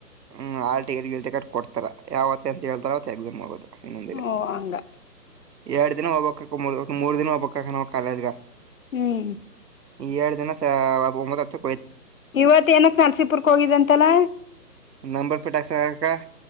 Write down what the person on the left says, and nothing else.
ಓ ಹಂಗ
ಹ್ಮ್
ಇವತ್ ಏನಕ್ ನಲ್ಸಿಪುರ್ಕ ಹೋಗಿದಂತಲ್ಲ